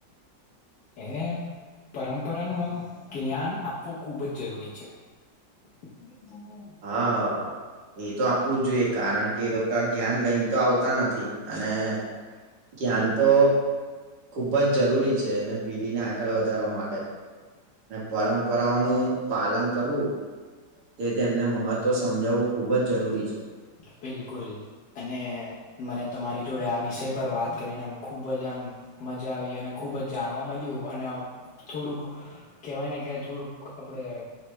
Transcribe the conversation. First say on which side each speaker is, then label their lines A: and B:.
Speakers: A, on the left; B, on the right.
A: એને પરંપરાનું આમ જ્ઞાન આપવું ખૂબ જ જરૂરી છે હ હ
B: હા હ એ તો આપવું જ જોઈએ કારણ કે એ લોકો જ્ઞાન લઈને તો આવતા નથી અને જ્ઞન તો ખુબ જ જરૂરી છે એને પીઢી ને આગળ વધારવા માટે પરંપરાઓનું પાલન કરવું તે તેમને મહત્વ તો સમજાવવું ખુબ જ જરૂરી છે
A: બિલકુલ અને મને તમારી જોડે આ વિષય પર વાત કરીને આમ ખૂબ જ આનંદ મજા આવી અને ખૂબ જ જાણવા મળ્યું અને આ થોડુંક કેવાય ને કે થોડુંક આપણે